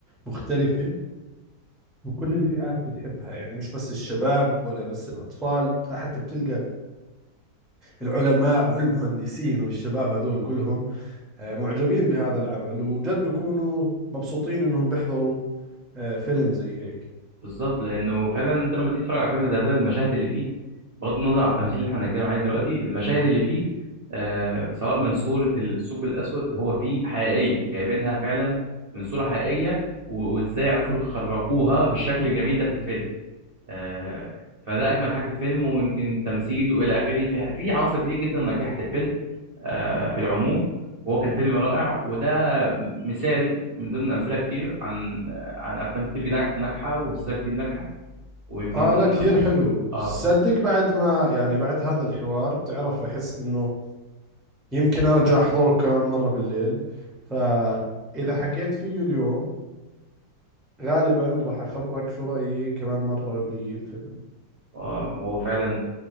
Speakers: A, in the centre; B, on the right.
A: مختلفة وكل الفئات بتحبها يعني مش بس الشباب ولا بس الأطفال لا حتى بتلقى العلماء <laughs> والمهندسين والشباب هدول كلهم آه، معجبين بهذا العمل وجد بيكونوا مبسوطين إنهم بيحضروا آه، فيلم زي هيك
B: بالظبط لانه فعلا انت لما تيجي تتفرج على فيلم زي ده المشاهد اللي فيه بغض النظر عن التمثيل اللي احنا بنتكلم عليه دلوقتي المشاهد اللي فيه آه سواء من صورة الثقب الأسود هو فيه حقيقية جايبينها فعلا من صورة حقيقية و- وإزاي عرفوا يخرجوها بالشكل الجميل ده في الفيلم آه فده أجمل حاجة في الفيلم ويمكن تمثيل وإلى آخره فيها في عناصر كتير جدا نجحت الفيلم آه في العموم وهو كان فيلم رائع وده مثال من ضمن أمثلة كتير عن آه، عن أفلام كتير جدا- ناجحة ومسلسلات كتير ناجحة ويمكن
A: اه
B: ده اللي
A: لا كثير
B: أنا-
A: حلو
B: اه
A: صدق بعد ما يعني بعد هذا الحوار بتعرف بحس انه يمكن ارجع احضره كمان مرة بالليل فاذا حكيت فيه اليوم غالبا راح اخبرك شو رأيي كمان مرة بالفيلم
B: آه، هو فعلا